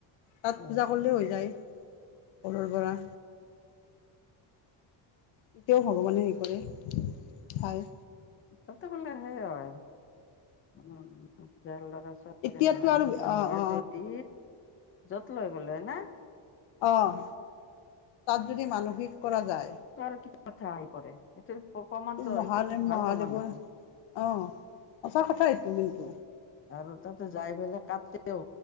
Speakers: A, on the left; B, on the left.
A: তাত
B: অ
A: পূজা কৰিলেওঁ হৈ যায় ঘৰৰ পৰা। তেতিয়াও ভগৱানে হেৰি কৰে, চাই।
B: তাতে বোলে সেই হয়, উম ল'ৰা ছো ছোৱালী
A: এতিয়াতো
B: নহয়
A: আৰু অ
B: হয়
A: অ
B: যদি যত লয় বলে না?
A: আহ তাত যদি মানসিক কৰা যায়
B: ক'ৰ কি কথা আহি পৰে সেইটো প্ৰমাণটো
A: মহাদেৱ
B: ভাল
A: মহাদেৱৰ
B: প্ৰমাণ দেখোন।
A: অঁ সঁচা কথা এইটো কিন্তু।
B: আৰু তাতো যায় পেলাই কাটিও।